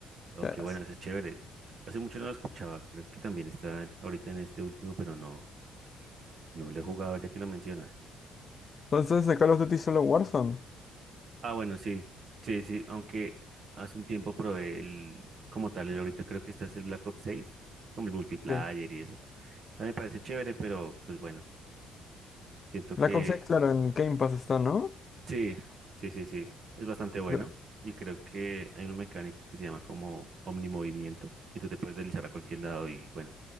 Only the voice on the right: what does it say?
Oh,
qué bueno, eso es chévere. Hace mucho no lo escuchaba, creo que también está ahorita en este último, pero no, no lo he jugado ya que lo mencionas.
Ah, bueno, sí, sí, sí, aunque hace un tiempo probé el, como tal, el ahorita creo que está es el Black Ops 6, como el multiplayer
y eso. También me parece chévere, pero pues bueno, siento que
Sí, sí, sí, sí. Es bastante bueno.
Y creo que hay una mecánica que se llama como omnimovimiento. Y tú te puedes deslizar a cualquier lado y bueno,